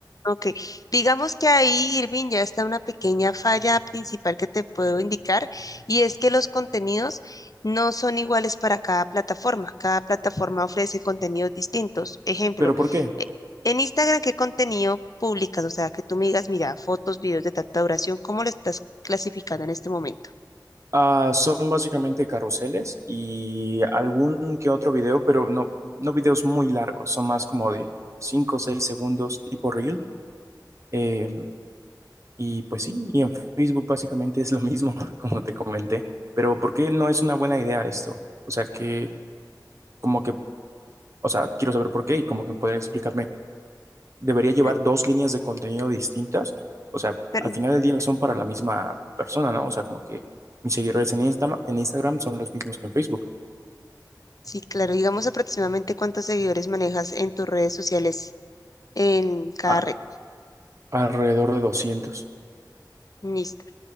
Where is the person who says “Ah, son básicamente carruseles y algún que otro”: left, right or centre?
Right